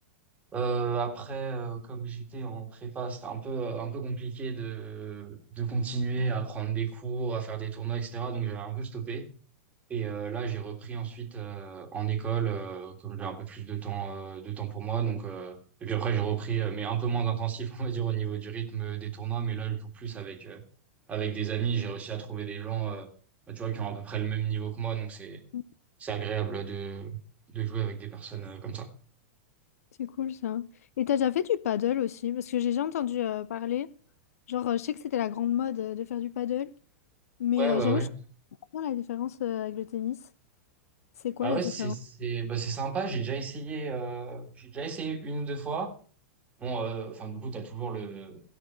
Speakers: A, on the right (about 15°); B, on the left (about 75°).
A: Euh, après, euh, comme j'étais en prépa, c'était un peu, euh, un peu compliqué de, de continuer à prendre des cours, à faire des tournois, etc. Donc j'avais un peu stoppé. Et euh, là, j'ai repris ensuite euh, en école, euh, comme j'ai un peu plus de temps, euh, de temps pour moi. Donc, euh, et puis après, j'ai repris, euh, mais un peu moins intensif, <laughs> on va dire, au niveau du rythme des tournois. Mais là, je joue plus avec, euh, avec des amis. J'ai réussi à trouver des gens, euh, bah, tu vois, qui ont à peu près le même niveau que moi. Donc c'est,
B: Mm.
A: c'est agréable de, de jouer avec des personnes euh, comme ça.
B: C'est cool ça. Et t'as déjà fait du paddle aussi? Parce que j'ai déjà entendu euh, parler. Genre, euh, je sais que c'était la grande mode euh, de faire du paddle. Mais
A: Ouais,
B: euh,
A: ouais,
B: j'avoue,
A: ouais.
B: je comprends pas la différence euh, avec le tennis. C'est quoi
A: Bah
B: la
A: ouais,
B: différence?
A: c'est c'est bah c'est sympa. J'ai déjà essayé, euh, j'ai déjà essayé une ou deux fois. Bon, euh, enfin, du coup, t'as toujours le,